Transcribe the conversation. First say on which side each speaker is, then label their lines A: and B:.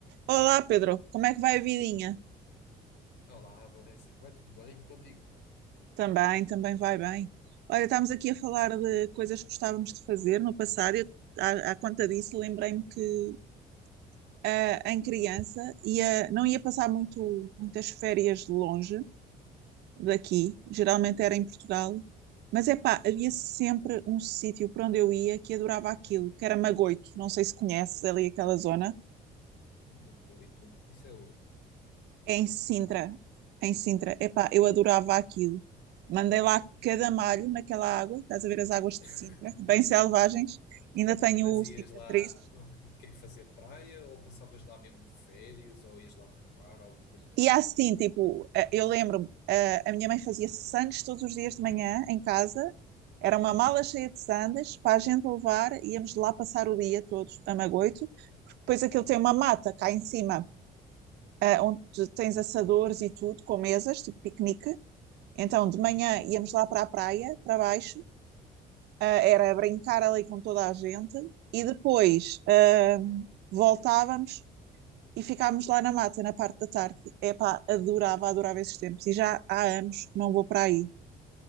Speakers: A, on the right; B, on the left.
A: Olá, Pedro. Como é que vai a vidinha?
B: Olá, Vanessa, vai tudo bem? Contigo?
A: Também, também vai bem. Olha, estamos aqui a falar de coisas que gostávamos de fazer no passado. Eu, à, à conta disso, lembrei-me que ah, em criança ia, não ia passar muito, muitas férias longe daqui. Geralmente era em Portugal. Mas é pá, havia sempre um sítio para onde eu ia que adorava aquilo, que era Magoito. Não sei se conheces ali aquela zona.
B: Magoito? Isso é onde?
A: em Sintra. Em Sintra. Epá, eu adorava aquilo. Mandei lá cada malho naquela água, estás a ver as águas de
B: <laughs>
A: Sintra, bem selvagens, ainda tenho
B: Mas ias
A: cicatrizes.
B: lá, o o quê, fazer praia ou passavas lá mesmo férias ou ias lá acampar, alguma coisa do
A: E
B: género?
A: há assim, tipo, eh, eu lembro-me, eh, a minha mãe fazia sandes todos os dias de manhã em casa, era uma mala cheia de sandes para a gente levar, íamos lá passar o dia todos a Magoito, porque depois aquilo tem uma mata cá em cima, eh, onde tu tens assadores e tudo, com mesas, tipo piquenique, Então, de
B: Uhum.
A: manhã íamos lá para a praia, para baixo, ah, era brincar ali com toda a gente e depois ah, voltávamos e ficávamos lá na mata, na parte da tarde. Epá, adorava, adorava esses tempos e já há anos que não vou para aí.